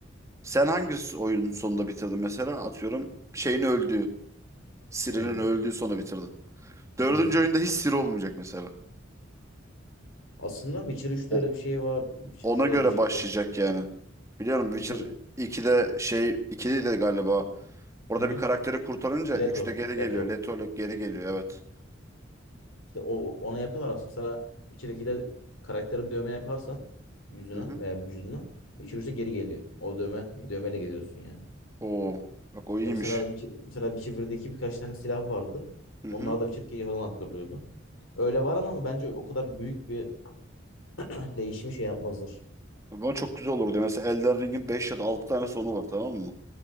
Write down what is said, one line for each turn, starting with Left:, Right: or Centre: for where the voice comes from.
Right: Sen hangi oyun sonunda bitirdin mesela? Atıyorum şeyin öldüğü, Siri'nin
Left: Hmm.
Right: öldüğü sonu bitirdin. Dördüncü
Left: Hmm.
Right: oyunda hiç Siri olmayacak mesela.
Left: Aslında Witcher 3'te
Right: O,
Left: öyle bir şey var. Witcher
Right: ona
Left: 3'te
Right: göre
Left: öyle bir şey
Right: başlayacak
Left: var.
Right: yani. Biliyorum
Left: Witcher...
Right: Witcher 2'de şey 2'de de galiba. Orada
Left: Hı hı.
Right: bir karakteri kurtarınca
Left: Leto.
Right: üçte geri geliyor.
Left: Leto.
Right: Letolek geri geliyor evet.
Left: İşte o ona yapıyorlar aslında. Mesela Witcher 2'de karaktere dövme yaparsan yüzüne
Right: Hı hı.
Left: veya vücuduna Witcher 3'te geri geliyor. O dövme dövmeyle geziyorsun yani.
Right: Oo, bak o iyiymiş.
Left: Ya mesela Witcher, mesela Witcher'daki birkaç tane silah vardı.
Right: Hı
Left: Onlar
Right: hı.
Left: da Witcher 2'ye falan aktarılıyordu. Öyle var ama bence o kadar büyük bir <clears throat> değişimi şey yapmazlar.
Right: Ama çok güzel olurdu. Mesela Elden Ring'in 5 ya da 6 tane sonu var tamam mı?